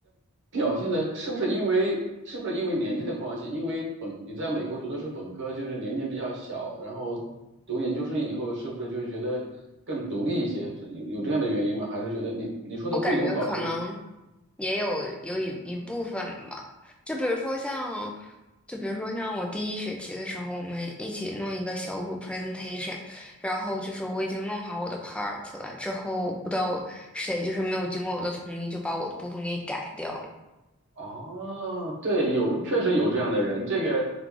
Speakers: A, on the right (about 55°); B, in the centre.
A: 表现的是不是因为是不是因为年纪的关系？因为本你在美国读的是本科，就是年龄比较小，然后读研究生以后，是不是就是觉得更独立一些？是有有这样的原因吗？还是觉得你你说的不友好是
B: 我感觉可能也有有一一部分吧，就比如说像，就比如说像我第一学期的时候，我们一起弄一个小组 presentation，然后就是我已经弄好我的 part 了，之后不知道谁就是没有经过我的同意就把我的部分给改掉了。
A: 哦，对，有，确实有这样的人。这个，